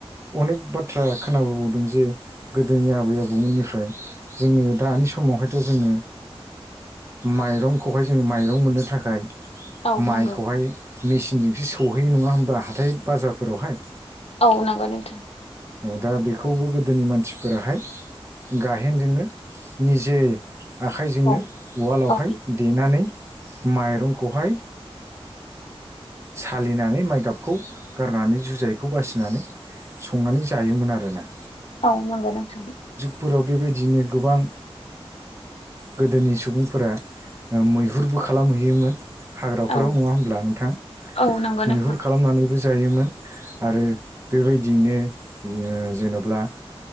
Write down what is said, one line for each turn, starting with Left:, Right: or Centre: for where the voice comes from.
Right: अनेक बाथ्रा खोनाबोबावदों जे गोदोनि आबै आबौमोननिफ्राय ओमफ्राय जोङो दानि समावहायथ' जोङो माइरंखौहाय जोङो माइरं मोननो थाखाय
Left: औ
Right: माइखौहाय
Left: नंगौ
Right: मेसिनजोंसो सौहैयो नङा होमबा हाथाय बाजारफोरावहाय
Left: औ नांगौ नोंथां
Right: औ दा बेखौबो गोदोनि मानसिफोराहाय गायेनजोंनो निजे आखाइजोंनो
Left: औ
Right: उवालावहाय
Left: औ
Right: देनानै माइरंखौहाय सालिनानै माइ गाबखौ गारनानै जुजायखौ बासिनानै संनानै जायोमोन आरोना
Left: औ नंगौ नोंथां
Right: फोराव बेबायदिनो गोबां गोदोनि सुबुंफोरा मैहुरबो खालामहैयोमोन हाग्राफोराव
Left: औ
Right: नङा होमब्ला नोंथां
Left: औ नंगौ
Right: मैहुर
Left: नोंथां
Right: खालामनानै ब जायोमोन आरो बेबायदियैनो जेन'ब्ला